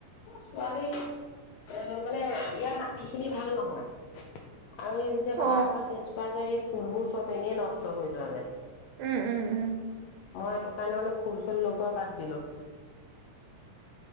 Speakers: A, on the left; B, on the right.
A: ছোৱালী এ মানে ইয়াৰ মাটি খিনি ভাল নহয়। আৰু এই যেতিয়া
B: অ
A: ভাড়া ঘৰ চেঞ্জ কৰা যায় এই ফুলবোৰ চব এনে নষ্ট হৈ যোৱা যায়।
B: উ'ম উ'ম উ'ম।
A: মই এইটো কাৰণে মানে ফুল চুল লগোৱা বাদ দিলো